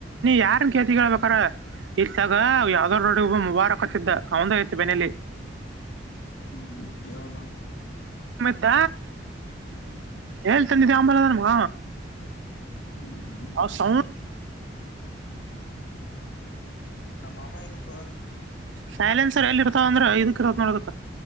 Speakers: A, on the right; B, on the left.
A: ಯಾರನ್ ಕೇತಿ ಹೇಳ್ಬೇಕಾರ ಇತ್ತಾಗ ಯಾವ್ದೋಡ್ಡಿ ಮು ವಾರಕಚ್ಚಿದ್ದ ಅವಂದ ಐತ ಬೆನಲಿ
B: ಹ್ಮ್ ಕೇಳೋಣ
A: ಗದ
B: ಹ್ಮ್
A: ಹೇಳ್ತಂದಿದವಿ ಅಂಬಲದ ನಮ್ಗ
B: ಹ
A: ಅವ್ ಸೌಂಡ್
B: ಹ್ಮ್ ನಮ್ಮ ಮಾಮಾ ಇ ತೋ
A: ಸೈಲೆನ್ಸರ್ ಎಲ್ಲಿರ್ ಅಂದ್ರ ಇದಕ್ ಇರತ್ ನೋಡದಕ್